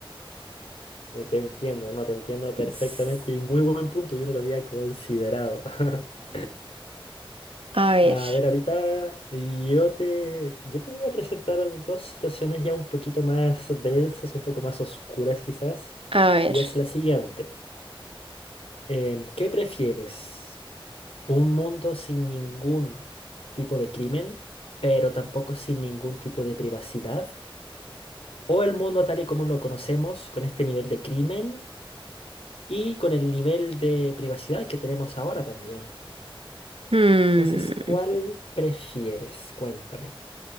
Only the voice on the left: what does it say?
Eh, Te entiendo, no, te entiendo perfectamente
y muy buen punto, yo no lo había considerado. <laughs>
A ver, ahorita yo te, yo te voy a presentar dos situaciones ya un poquito más densas, un poco más oscuras quizás,
y es la siguiente. Em, ¿qué prefieres? ¿Un mundo sin ningún tipo de crimen, pero tampoco sin ningún tipo de privacidad? ¿O el mundo tal y como lo conocemos, con este nivel de crimen? y con el nivel de privacidad que tenemos ahora también.
Entonces, ¿cuál prefieres? Cuéntame.